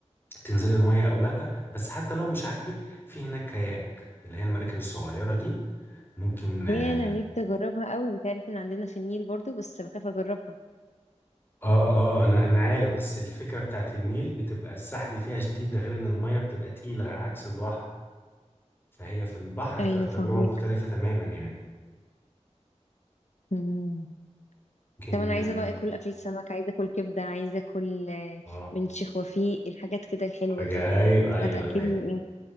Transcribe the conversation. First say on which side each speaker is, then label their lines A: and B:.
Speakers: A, on the left; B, on the left.
A: تنزلي المية او لا بس حتى لو مش عاجبك في هناك كاياك اللي هي المراكب الصغيرة دي ممكن آه،
B: هي انا
A: نركب
B: نفسي اجربها قوي انت عارف ان عندنا في النيل برضو بس بخاف اجربها
A: اه اه انا انا عارف بس الفكرة بتاعت النيل بتبقى السحب فيها شديد ده غير ان المية بتبقى تقيلة عكس البحر فهي في البحر
B: ايوه
A: هتبقى التجربة
B: فاهمك
A: مختلفة تماما يعني
B: مم.
A: ممكن
B: طب انا
A: اه
B: عايزه بقى اكل اكل سمك عايزه اكل كبده عايزه اكل آه،
A: آه،
B: من شيخ وفيق الحاجات كده الحلوه
A: ايوه
B: دي
A: ايوه ايوه
B: هتاكلني ايه